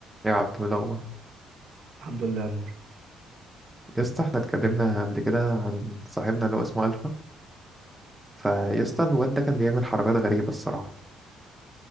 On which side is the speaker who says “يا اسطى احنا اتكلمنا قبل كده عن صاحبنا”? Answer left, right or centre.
Centre